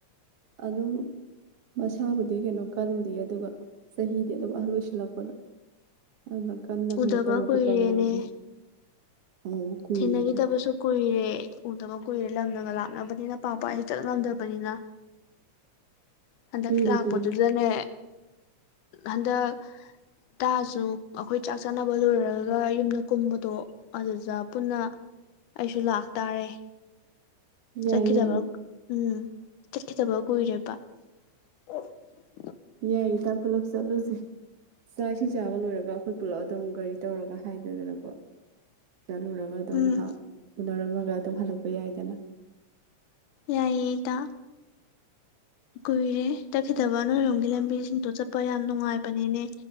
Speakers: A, on the right (about 60°); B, on the left (about 85°).
A: ꯑꯗꯨꯝ ꯃꯁꯥꯕꯨꯗꯤ ꯀꯩꯅꯣ ꯀꯜꯂꯤ ꯑꯗꯨꯒ ꯆꯍꯤꯗꯤ ꯑꯗꯨꯝ ꯑꯍꯟ ꯑꯣꯏꯁꯤꯜꯂꯛꯄꯗꯣ ꯑꯗ ꯀꯟꯅ ꯀꯩꯅꯣ
B: ꯎꯗꯕ
A: ꯇꯧꯕ
B: ꯀꯨꯏꯔꯦꯅꯦ
A: ꯈꯣꯠꯄ ꯉꯟꯗ꯭ꯔꯦ ꯑꯣ ꯀꯨꯏ
B: ꯊꯦꯡꯅꯈꯤꯗꯕꯁꯨ
A: ꯔꯣꯏꯗ
B: ꯀꯨꯏꯔꯦ ꯎꯗꯕ ꯀꯨꯏꯔꯦ ꯂꯝꯅꯒ ꯂꯥꯛꯅꯕꯅꯤꯅ ꯄꯥꯛ ꯄꯥꯛ ꯍꯦꯛ ꯆꯠ ꯉꯝꯗꯕꯅꯤꯅ ꯍꯟꯗꯛ
A: ꯀꯨꯏꯔꯦ
B: ꯂꯥꯛꯄꯗꯨꯗꯅꯦ
A: ꯀꯨꯏꯔꯦ
B: ꯍꯟꯗꯛ ꯇꯥꯥ ꯁꯨ ꯑꯩꯈꯣꯏ ꯆꯥꯛ ꯆꯥꯅꯕ ꯂꯣꯏꯔꯒ ꯌꯨꯝꯗ ꯀꯨꯝꯕꯗꯣ ꯑꯗꯨꯗ ꯄꯨꯟꯅ ꯑꯩꯁꯨ ꯂꯥꯛꯇꯥꯥꯔꯦ
A: ꯌꯥꯏ
B: ꯆꯠꯈꯤꯗꯕ
A: ꯌꯥꯏꯗ
B: ꯎꯝ ꯆꯠꯈꯤꯗꯕ ꯀꯨꯏꯔꯦꯕ ꯑꯣ
A: ꯌꯥꯏ ꯏꯀꯟꯗ ꯄꯨꯂꯞ ꯆꯠꯂꯨꯁꯤ ꯆꯥꯛ ꯏꯁꯤꯡ ꯆꯥꯕ ꯂꯣꯏꯔꯒ ꯑꯩꯈꯣꯏ ꯄꯨꯜꯂꯛ ꯑꯗꯨꯝ ꯒꯥꯔꯤ ꯇꯧꯔꯒ ꯍꯥꯏꯗꯦꯗꯅꯀꯣ ꯆꯠꯂꯨꯔꯒ ꯑꯗꯨꯝ
B: ꯎꯝ
A: ꯉꯍꯥꯛ ꯎꯅꯔꯝꯃ ꯑꯗꯨ ꯍꯜꯂꯛꯄ ꯌꯥꯏꯗꯅ
B: ꯌꯥꯏꯌꯦ ꯏꯇꯥ ꯀꯨꯏꯔꯦ ꯆꯠꯈꯤꯗꯕ ꯅꯣꯏꯔꯣꯝꯒꯤ ꯂꯝꯕꯤ ꯗꯣ ꯆꯠꯄ ꯌꯥꯝ ꯅꯨꯡꯉꯥꯏꯕꯅꯤꯅꯦ